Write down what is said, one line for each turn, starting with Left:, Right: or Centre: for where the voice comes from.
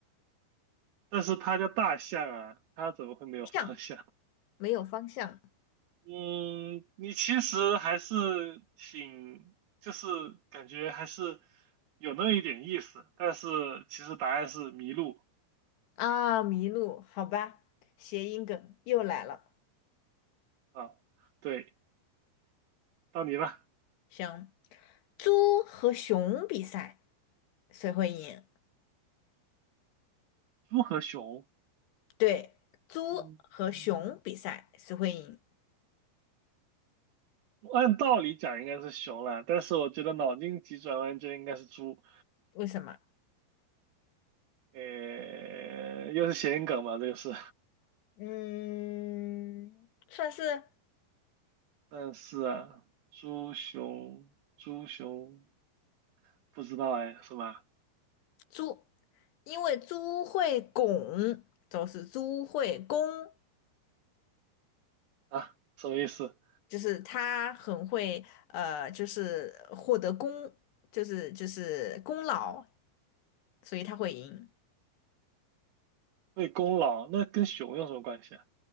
Right: 但是它叫大象啊，它怎么会没有方向？
Left: 象
Right: <laughs>
Left: 没有方向
Right: 嗯，你其实还是挺，就是感觉还是有那么一点意思，但是其实答案是麋鹿
Left: 啊，麋鹿，好吧，谐音梗又来了。
Right: 啊。对，到你了，
Left: 行，猪和熊比赛谁会赢？
Right: 猪和熊。
Left: 对，猪和熊比赛谁会赢？
Right: 嗯嗯，按道理讲应该是熊了，但是我觉得脑筋急转弯就应该是猪。
Left: 为什么？
Right: 呃，又是谐音梗嘛，这个是。
Left: 嗯，算是
Right: 但是啊，猪熊，猪熊，不知道哎，是吧？
Left: 猪，因为猪会拱，就是猪会攻，
Right: 啊，什么意思？
Left: 就是他很会呃，就是获得功，就是就是功劳，所以他会赢。
Right: 为功劳，那跟熊有什么关系啊？